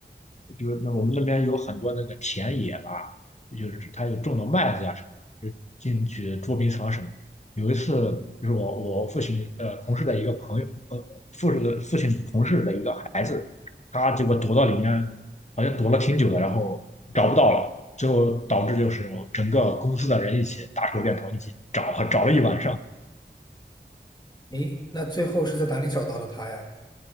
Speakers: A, on the left (about 40°); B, on the left (about 20°).
A: 就是那我们那边有很多那个田野吧，就是他有种的麦子呀、什么的，就进去捉迷藏什么的。有一次，就是我我父亲呃同事的一个朋友，呃父亲的父亲同事的一个孩子。他结果躲到里面，好像躲了挺久的，然后找不到了，最后导致就是整个公司的人一起打手电筒，一起找，找了一晚上，
B: 诶，那最后是在哪里找到的他呀？